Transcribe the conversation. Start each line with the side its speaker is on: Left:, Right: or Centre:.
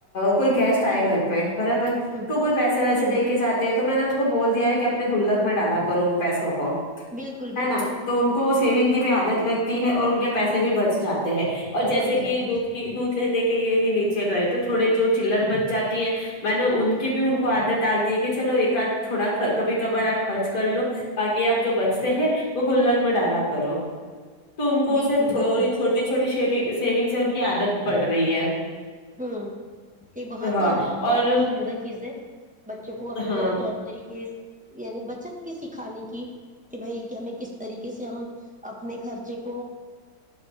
Left: کوئی گیسٹ آئے گھر پہ برابر
Centre: ہوں
Left: تو کوئی پیسے ویسے
Centre: جی
Left: دے کے جاتے ہیں تو میں نے کو بول دیا ہے کہ اپنے گلک میں ڈالا کرو ان پیسوں کو
Centre: بالکل بالکل
Left: ہے نا تو ان کو اس سیونگ کی بھی عادت لگتی ہے اور ان کے پیسے بھی بچ جاتے ہیں ہیں اور جیسے
Centre: بچ
Left: کہ
Centre: جاتے ہیں
Left: دودھ کی دودھ لینے کے کے لیے ہی نیچے گئے تو تھوڑے جو چر بچ جاتی ہے میں نے
Centre: ہوں
Left: ان کی بھی ان کو آادت ڈال دیے کہ چلو ایک آدھ تھوڑا کبھی کبار آپ خرچ کر لو باقی آپ جو بچ وہ گلک میں ڈالا کرو تو ان کو
Centre: بالکل
Left: اسے تھوڑی
Centre: بالکل
Left: چھوٹی چھوٹی شیونگ سیونگ سے ان کی عادت پڑ رہی ہے
Centre: ہوں یہ بہت
Left: ہاں
Centre: ہی بہت
Left: اور
Centre: ہی عمدہ چیز ہے بچوں کو اپنے
Left: ہاں
Centre: طور طریقے یعنی بچت سکھانے کی کہ بھائی ہمیں کس طریقے سے ہم اپنے خرچے کو